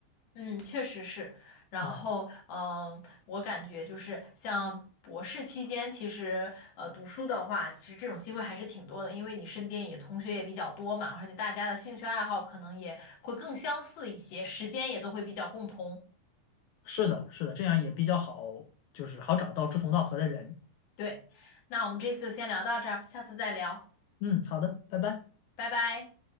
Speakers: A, on the left (about 65°); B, on the left (about 80°).
A: 嗯，确实是。然后，
B: 啊。
A: 嗯，我感觉就是像博士期间，其实呃读书的话，其实这种机会还是挺多的，因为你身边也同学也比较多嘛，而且大家的兴趣爱好可能也会更相似一些，时间也都会比较共同。
B: 是的，是的，这样也比较好，就是好找到志同道合的人。
A: 对，那我们这次就先聊到这儿，下次再聊，
B: 嗯，好的，拜拜。
A: 拜拜。